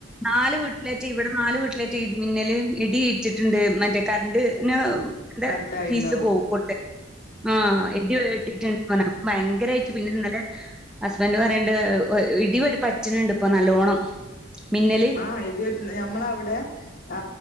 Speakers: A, in the centre; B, on the left.
A: നാല് വീട്ടിലേ ച്ച് വിടെ നാല് വീട്ട്‌ലെ ടി മിന്നലും ഇടി ഏറ്റ് റ്റ്ണ്ട് മറ്റേ കറൻ്റ് ന് ൻ്റെ
B: കാറ്റായിണ്ടാവും
A: ഫീസ് പോം പൊട്ട ആ ഇടി ഏറ്റ് ട്ട്ണ്ട് റ്ഞ്ഞ് ഭയങ്കരേയിട്ട് പിന്നെ ഇന്നലെ ഹസ്ബൻ്റ് പറയണ്ട് ഹ് ഹ് ഇടിപറ്റ്ണണ്ട് ഇപ്പോൊ നല്ലോണം മിന്നല്
B: ആഹ ഇടി പറ്റ്ന്ന് ഹാ ഞമ്മളവിടെ ആ